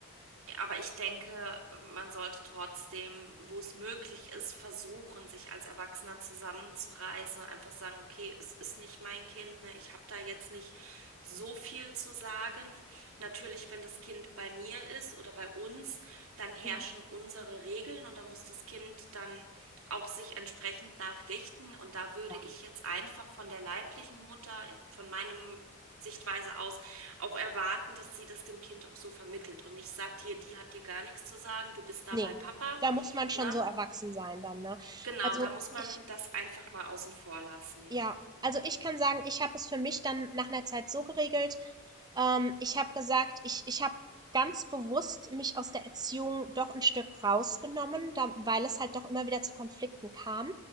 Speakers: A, on the right; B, on the right.
A: aber ich denke, man sollte trotzdem, wo es möglich ist, versuchen, sich als Erwachsener zusammenzureißen und einfach sagen, okay, es ist nicht mein Kind, ne? Ich habe da jetzt nicht so viel zu sagen. Natürlich, wenn das Kind bei mir ist oder bei uns, dann herrschen
B: Mhm.
A: unsere Regeln und da muss das Kind dann auch sich entsprechend nachrichten. Und da würde
B: Ja,
A: ich jetzt einfach von der leiblichen Mutter, von meinem Sichtweise aus, auch erwarten, dass sie das dem Kind auch so vermittelt und nicht sagt, hier, die hat dir gar nichts zu sagen, du bist da
B: ne,
A: bei Papa,
B: da muss man schon
A: ne?
B: so erwachsen sein dann, ne?
A: Genau,
B: Also,
A: da muss man
B: ich
A: das einfach mal außen vor lassen.
B: Ja, also ich kann sagen, ich habe es für mich dann nach einer Zeit so geregelt, ähm, ich habe gesagt, ich ich habe ganz bewusst mich aus der Erziehung doch ein Stück rausgenommen, da weil es halt doch immer wieder zu Konflikten kam,